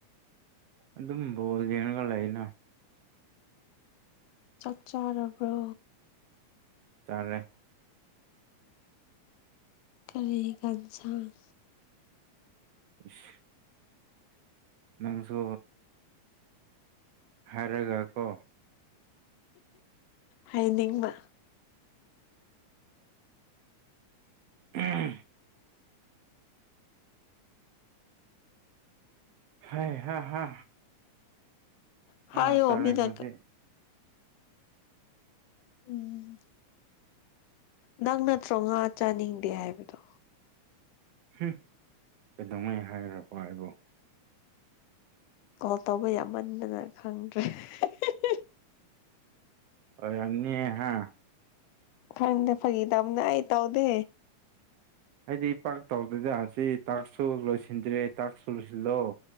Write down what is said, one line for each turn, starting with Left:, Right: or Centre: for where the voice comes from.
Right: ꯑꯗꯨꯝ ꯕꯣꯜ ꯌꯦꯡꯔꯒ ꯂꯩꯌꯦꯅ
Left: ꯆꯥꯛ- ꯆꯥꯔꯕ꯭ꯔꯣ
Right: ꯆꯥꯔꯦ
Left: UNINTELLIGIBLE
Right: ꯢꯁ ꯅꯪꯖꯨ ꯍꯥꯢꯔꯒ ꯀꯣ
Left: ꯍꯥꯏꯅꯤꯡꯕ
Right: INAUDIBLE ꯍꯥꯏ ꯍꯥ ꯍꯥ
Left: ꯍꯥꯏꯌꯣ
Right: ꯑꯥ ꯆꯔꯥꯢꯉꯥꯟꯕꯤ
Left: ꯃꯤꯅ ꯎꯝ ꯅꯪ ꯅꯠꯇ꯭ꯔꯣ ꯉꯥ ꯆꯥꯅꯤꯡꯗꯦ ꯍꯥꯏꯕꯗꯣ
Right: ꯍꯨꯡ ꯀꯩꯗꯧꯉꯩ ꯍꯥꯏꯔꯛꯄ ꯑꯩꯕꯨ
Left: ꯀꯣꯜ ꯇꯧꯕ ꯌꯥꯝꯃꯟꯗꯅ ꯈꯪꯗ꯭ꯔꯦ ꯍꯤꯍꯤ
Right: ꯑꯣ ꯌꯥꯝꯅꯤ ꯍꯥ
Left: ꯈꯪꯏꯗ ꯐꯒꯤ ꯇꯧꯕꯅꯦ ꯑꯩ ꯇꯧꯗꯦ
Right: ꯑꯩꯗꯤ ꯄꯥꯛ ꯇꯧꯗ꯭ꯔꯦꯗ ꯁꯤ ꯇꯥꯛꯁꯨ ꯂꯣꯏꯁꯤꯟꯗ꯭ꯔꯦ ꯇꯥꯛꯁꯨ ꯂꯣꯏꯁꯤꯜꯂꯣ